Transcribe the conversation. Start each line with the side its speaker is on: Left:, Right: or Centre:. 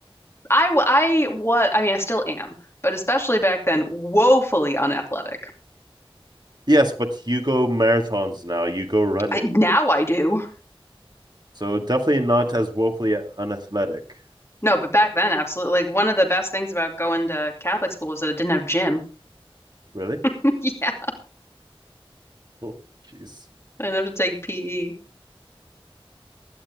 Left: I w- I was I mean I still am, but especially back then, woefully unathletic.
Right: Yes, but you go marathons now. You go running.
Left: I now I do.
Right: So definitely not as woefully unathletic.
Left: No, but back then, absolutely. Like one of the best things about going to Catholic school was that it didn't have gym.
Right: Really? <laughs>
Left: <laughs> Yeah,
Right: Oh, jeez.
Left: I didn't have to take PE.